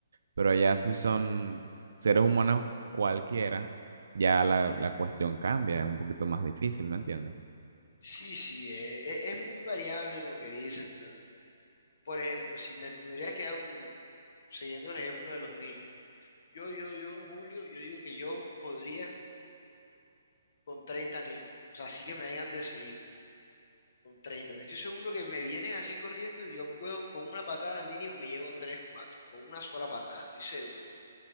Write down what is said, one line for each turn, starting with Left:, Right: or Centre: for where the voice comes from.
Right: Pero allá si son seres humanos cualquiera, ya la, la cuestión cambia, es un poquito más difícil, ¿me entiendes?
Left: sí, sí, es, es es muy variable lo que dices, pero, por ejemplo, si me tendrías que dar un número, siguiendo el ejemplo de los niños. Yo, yo, yo, Julio, yo digo que yo podría con 30 niños. O sea, así que me vengan de seguido, con 30. Pero estoy seguro que me vienen así corriendo y yo puedo, con una patada mínimo, me llevo 3, 4, Con una sola patada, estoy seguro.